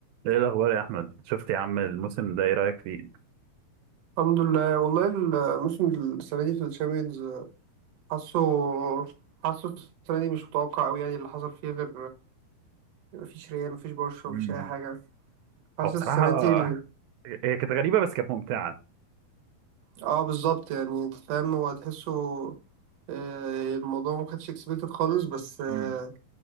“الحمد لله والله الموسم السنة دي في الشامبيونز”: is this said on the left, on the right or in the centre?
Right